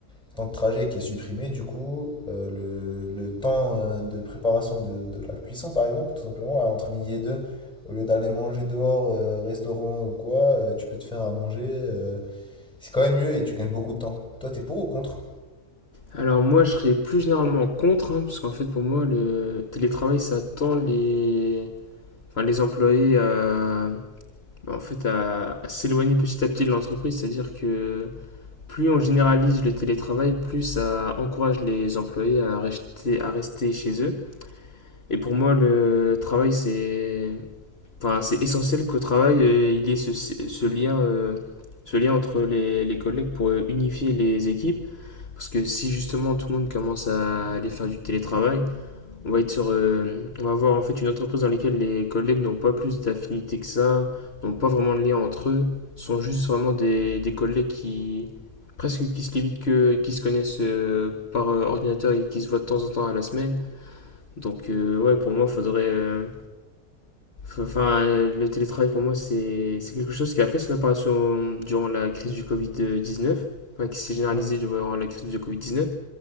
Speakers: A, in the centre; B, on the left.
A: ce temps de trajet qui est supprimé, du coup, euh, le, le temps euh, de préparation de, de la cuisson, par exemple, tout simplement, euh, entre midi et deux, au lieu d'aller manger dehors, euh, restaurant ou quoi, euh, tu peux te faire à manger. euh, c'est quand même mieux et tu gagnes beaucoup de temps. Toi, t'es pour ou contre?
B: Alors moi, je serais plus généralement contre, hein, parce qu'en fait, pour moi, le télétravail, ça tend les, enfin, les employés à, bah, en fait, à, à s'éloigner petit à petit de l'entreprise. C'est-à-dire que plus on généralise le télétravail, plus ça encourage les employés à rester, à rester chez eux. Et pour moi, le travail, c'est Enfin, c'est essentiel qu'au travail, euh, il y ait ce, ce lien, euh, ce lien entre les, les collègues pour euh, unifier les équipes. Parce que si justement tout le monde commence à aller faire du télétravail, on va être sur, euh, on va avoir en fait une entreprise dans laquelle les collègues n'ont pas plus d'affinité que ça, n'ont pas vraiment de lien entre eux, sont juste vraiment des, des collègues qui presque qui se limitent que, qui se connaissent euh, par euh, ordinateur et qui se voient de temps en temps à la semaine. Donc euh, ouais, pour moi, faudrait euh, Enfin, le télétravail pour moi, c'est c'est quelque chose qui a fait son apparition durant la crise du Covid-19, enfin, qui s'est généralisée
A: Mm.
B: durant la crise du Covid-19,